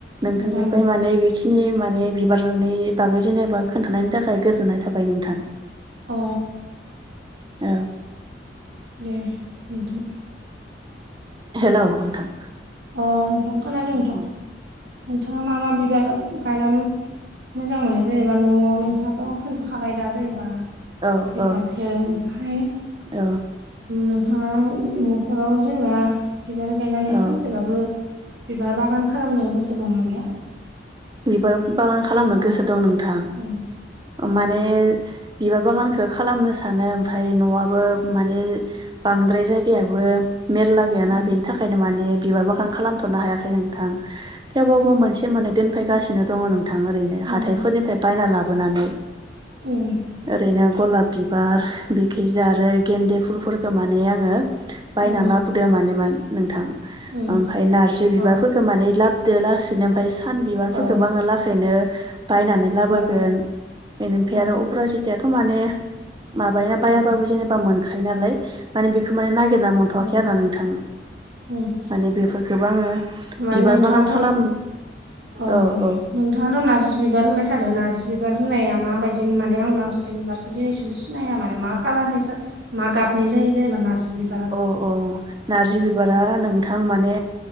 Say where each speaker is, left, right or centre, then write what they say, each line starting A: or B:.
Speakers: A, on the right (about 25°); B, on the right (about 65°).
A: नोंथांनिफ्राय
B: मोजां मोनो
A: माने बेखिनि माने बिबारनि बागै जेनेबा खोन्थानायनि थाखाय गोजोननाय थाबाय नोंथां
B: अ
A: ओ
B: दे नोंथां
A: हेलौ नोंथां
B: अ नोंथां खोनादों नोंथां
A: औ
B: नोंथाङा मा मा बिबार गायनानै मोजां मोनो जेनेबा न'वाव नोंथाङाथ' खोन्थाखाबाय दा जेनेबा
A: औ
B: बिबारखो
A: औ
B: ओमफ्राय
A: औ
B: नोंथाङा न'खराव जेनेबा बिबार गायनानै
A: औ
B: खानसे एसेबाबो बिबार बागान खालामनो गोसो दंना गैया
A: बिबार बागान खालामनो
B: न'आव
A: गोसो दं नोंथां
B: उम अ
A: माने बिबार बागानखौ खालामनो सानो ओमफाय न'आबो माने बांद्राय जायगायाबो मेरला गैयाना
B: उम
A: बेनि थाखायनो माने बिबार बागान खालामथ'नो हायाखै नोंथां थेवबाबो मोनसे मोननै दोनफैगासिनो दङ नोंथां गोथां ओरैनो
B: उम
A: हााइफोरनिफ्राय बायना लाबोनानै
B: उम
A: ओरैनो गलाब बिबार बिखिजा आरो गेन्दे फुलफोरखौ माने आङो बायना
B: उम
A: लाबोदों मानेमोन नोंथां
B: उम
A: ओमफाय नारजि बिबारफोरखौ
B: अ
A: माने लाब दो लासैनो ओमफ्राय सान बिबारफोरखौबो
B: अ
A: आङो लाखैनो बायनानै लाबोगोन
B: अ
A: बेनिफ्राय
B: उम
A: आरो अपरा जितायाथ' माने माबायोना बायाबाबो
B: उम
A: जेनेबा मोनखायो नालाय माने बेखौ माने नाय नागिरना मोनथ'वाखै
B: उम
A: आरोना नोंथां
B: उम
A: माने बेफोरखौबो आङो
B: माने
A: बिबार
B: नोंथाङाथ'
A: बागान खालाम
B: अ
A: औ औ
B: नोंथाङाथ' नारजि बिबार होनबाय थादों नारजि बिबार होननाया माबायदि माने आं नारजि बिबारखौ बे दिनैसिम सिनाया माने मा कालारनि मा गाबनि जायो जेनेबा नारजि बि
A: अ औ नारजि बिबारा नोंथां माने